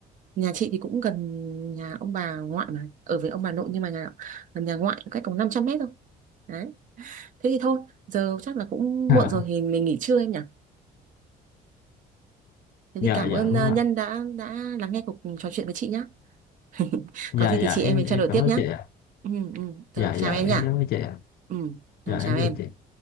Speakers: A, on the right; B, on the left.
A: nhà chị thì cũng gần nhà ông bà ngoại mà ở với ông bà nội nhưng mà nhà gần nhà ngoại cách có 500 mét thôi đấy thế thì thôi giờ chắc là cũng
B: <laughs>
A: muộn
B: À,
A: rồi thì mình nghỉ trưa em nhỉ thế
B: dạ
A: thì cảm
B: dạ
A: ơn
B: đúng
A: ờ,
B: không ạ
A: Nhân đã đã lắng nghe cuộc trò chuyện với chị nhá <laughs>
B: dạ
A: có gì thì
B: dạ
A: chị em
B: em
A: mình
B: em
A: trao đổi
B: cảm
A: tiếp
B: ơn
A: nhá
B: chị ạ
A: ừ ừ giờ
B: dạ
A: chào
B: dạ
A: em nhỉ
B: em cảm ơn chị ạ
A: ừ rồi
B: dạ em
A: chào em
B: chào chị